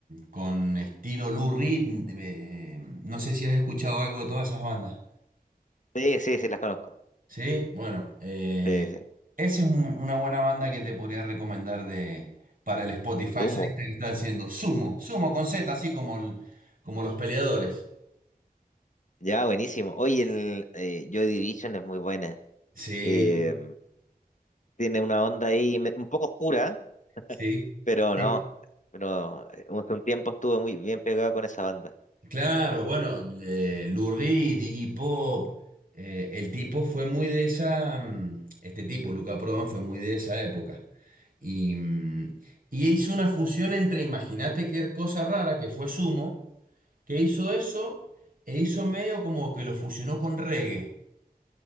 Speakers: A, on the right; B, on the left.
A: con estilo Lou Reed. eh, no sé si has escuchado algo de todas esas bandas.
B: Sí, sí, sí, las conozco,
A: Sí, bueno, eh,
B: sí, sí,
A: esa es un- una buena banda que te podría recomendar de, para el Spotify,
B: Sumo.
A: esa lista que está haciendo. Sumo, Sumo con Z, así como, el- como los peleadores.
B: Ya, buenísimo. Oye, el eh, Joy Division es muy buena.
A: Sí,
B: Eh, tiene una onda ahí me- un poco oscura,
A: sí,
B: pero
A: sí.
B: no, pero eh, hace un tiempo estuve muy bien pegado con esa banda.
A: Claro, bueno, eh, Lou Reed, Iggy Pop, eh, el tipo fue muy de esa, mm, este tipo, Luca Prodan, fue muy de esa época. Y, mm, y hizo una fusión entre, imagínate qué cosa rara que fue Sumo que hizo eso e hizo medio como que lo fusionó con reggae.